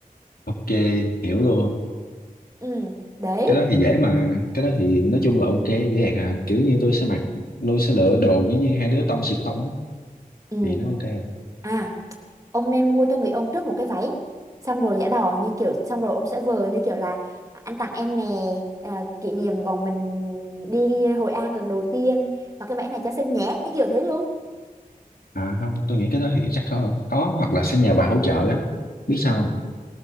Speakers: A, on the left; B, on the right.
A: ok, hiểu luôn.
B: ừ đấy
A: Cái đó thì dễ mà, cái đó thì nói chung là ok, dễ dàng à. Kiểu như tôi sẽ mặc, tôi sẽ lựa đồ giống như hai đứa tông xịt tông á,
B: ừ
A: thì nó ok à.
B: à ông nên mua cho người ông trước một cái váy xong rồi giả đò như kiểu xong rồi ông sẽ vờ như kiểu là anh tặng em nè à, kỷ niệm bọn mình đi Hội An lần đầu tiên và cái váy này cho xinh nhé như kiểu thế luôn
A: À không, tôi nghĩ cái đó thì chắc khó, khó hoặc là sẽ nhờ bà hỗ trợ á. Biết sao không?